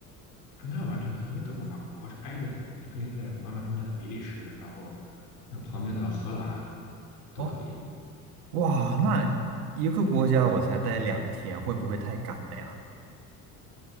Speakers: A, on the left; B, on the right.
A: 那完全可以，因为德国、法国是挨着的，你可以在玩玩中间的比利时，然后那旁边的荷兰都可以的。
B: 哦，哇，那一个国家我才待两天，会不会太赶了呀？